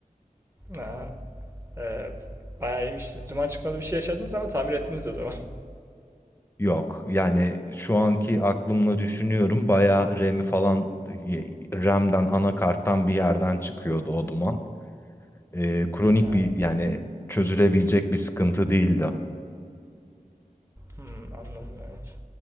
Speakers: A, on the right; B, on the left.
A: Aa, eee, bayağı iyiymiş. Siz duman çıkmadı bir şey yaşadınız ama tamir ettiniz o zaman. <laughs>
B: Yok yani şu anki aklımla düşünüyorum bayağı RAM'i falan RAM'den anakarttan bir yerden çıkıyordu o duman. e, kronik
A: Ha.
B: bir yani çözülebilecek bir sıkıntı değildi
A: Hmm, anladım evet.